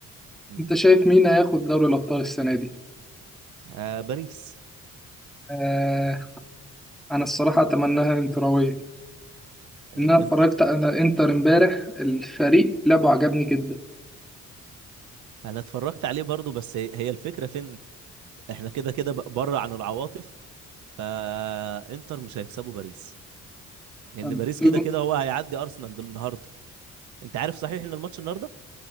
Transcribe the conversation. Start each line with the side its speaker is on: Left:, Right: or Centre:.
Right: امم
Centre: انت شايف مين هياخد دوري الابطال السنه دي
Right: آه باريس
Centre: آه انا الصراحه اتمناها انتراويه
Right: الانتر
Centre: ان انا اتفرجت على انتر امبارح الفريق لعبه عجبني جدا
Right: انا اتفرجت عليه برضو بس هي هي الفكره فين احنا كده كده بره عن العواطف فانتر مش هيكسبوا باريس لان
Centre: طب
Right: باريس
Centre: بم-
Right: كده كده هو هيعدي ارسنال دل- النهارده انت عارف صحيح ان الماتش النهارده